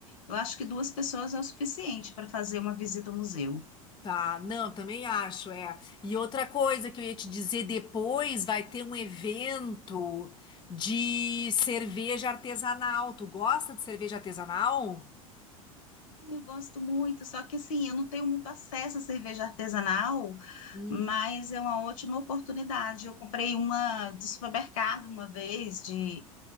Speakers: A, on the left; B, on the left.
A: Eu acho que duas pessoas é o suficiente para fazer uma visita ao museu.
B: Tá, não, também acho, é. E outra coisa que eu ia te dizer depois, vai ter um evento de cerveja artesanal. Tu gosta de cerveja artesanal?
A: Eu gosto muito, só que assim, eu não tenho muito acesso à cerveja artesanal,
B: Hum,
A: mas é uma ótima oportunidade. Eu comprei uma de supermercado uma vez, de,